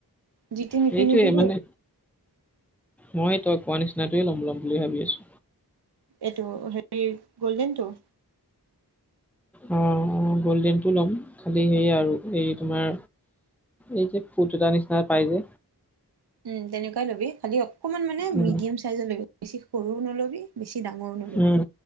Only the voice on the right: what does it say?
যিটো নিপিন্ধিবি
দেই
এইটো হেৰি গ'ল্ডেনটো
উম তেনেকুৱাই ল'বি খালি অকণমান মানে
মিডিয়াম চাইজৰ ল'বি বেছি সৰু নল'বি বেছি ডাঙৰো নল'বি,